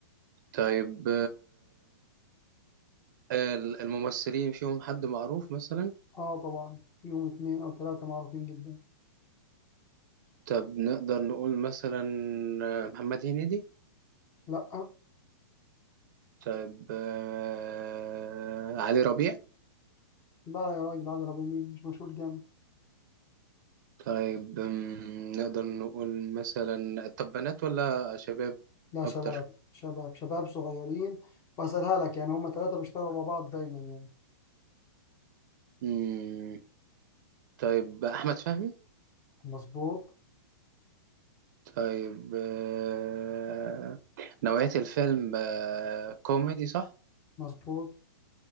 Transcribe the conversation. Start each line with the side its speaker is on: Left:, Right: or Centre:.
Right: طيب ال- الممثلين فيهم حد معروف مثلا
Left: اه طبعا يوم اتنين او تلاتة معروفين جدا
Right: طب نقدر نقول مثلا آه، محمد هنيدي
Left: لا
Right: طيب آه، علي ربيع
Left: لا يا راجل عادل ربيع مين مش مشهور جامد
Right: طيب مم، نقدر نقول مثلا طب بنات ولا شباب
Left: لا
Right: أكتر
Left: شباب شباب شباب صغيرين واسألها لك يعني هما تلاتة بيشتغلوا مع بعض دايما يعني
Right: مم، طيب أحمد فهمي
Left: مظبوط
Right: طيب آه، نوعية الفيلم آه، كوميدي صح؟
Left: مظبوط